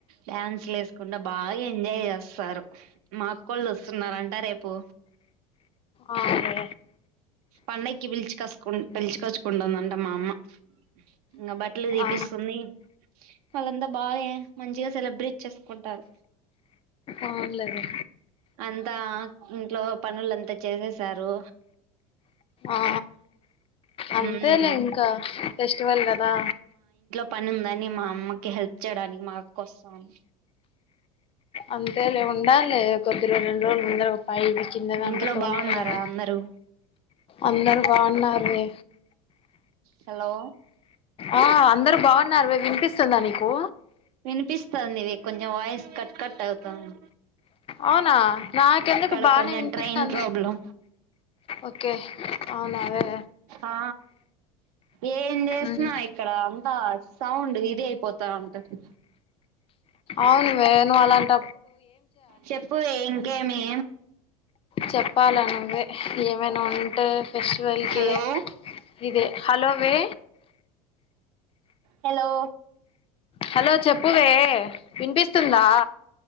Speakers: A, on the right (about 70°); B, on the left (about 30°).
A: డ్యాన్స్లు వేసుకుంటడా బాగా ఎంజాయ్ చేస్తారు మా అక్కోళ్ళు వస్తున్నారు అంట రేపు
B: అదే
A: పండగకి పిలిచి కసుకు పిలిచికచ్చుకుంటుందంట మా అమ్మ ఇంకా బట్టలు తీీపిస్తుంది
B: ఆ
A: వాళ్ళంతా బాగా మంచిగా సెబ్రిట్ చేసుకుంటారు
B: అవునులేవే
A: అంతా ఇంట్లో పనులంతా చేసేసారు
B: ఆ అంతే
A: హ్మ్.
B: లే ఇంకా ఫెస్టివల్ కదా
A: పని ఉందని మా అమ్మకి హెల్ప్ చేయడానికి మా అక్క వస్తా ఉం
B: అంతే లే ఉండా <unintelligible> ఇరవై రెండు రోజులు ముందర ఒక పై కింద
A: మీ
B: అంత
A: ఇంట్లో
B: తోమలి
A: బాగున్నారా
B: కదా
A: అందరూ
B: అందరు బాగున్నారు <inaudible>
A: హలో
B: ఆ అందరు బాగున్నారువ వినిపిస్తుందా నీకు
A: వినిపిస్తంది ఇవి కొంచెం వాయిస్ కట్ కట్ అవుతుంది
B: అవునా నాకెందుకు
A: ఇక్కడ
B: బానే
A: కొంచెం
B: వినిపిస్తాను
A: ట్రైన్ ప్రాబ్లం
B: ఓకే అవునావే
A: ఆ ఏం చేస్తున్నా
B: ఉమ్
A: ఇక్కడ అంతా సౌండ్ ఇది అయిపోతా అంటాది
B: అవును వే నువ్వు అలాంట
A: చెప్పువే ఇంకేమి
B: చెప్పాలను అే ఏమేనా ఉంటే ఫెస్టివల్కి
A: హలో
B: ఇే హలో వే
A: హలో
B: హలో చెప్పువే వినిపిస్తుందా